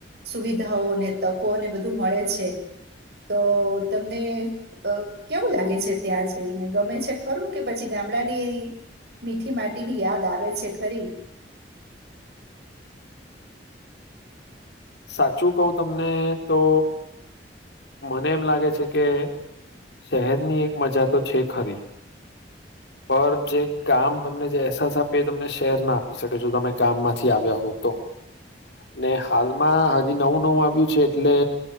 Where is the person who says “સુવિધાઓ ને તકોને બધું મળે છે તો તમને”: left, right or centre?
Right